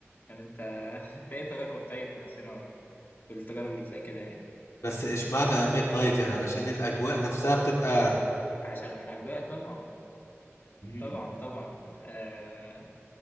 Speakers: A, on the left; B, on the left.
A: فأنت أنت إيه تجاربك طيب مع السينما وال- والتجارب اللي زي كده يعني
B: بس اشمعنى ميد نايت يعني علشان الاجواء نفسها بتبقى
A: ع- عشان الأجواء طبعا
B: مم.
A: طبعا طبعا آه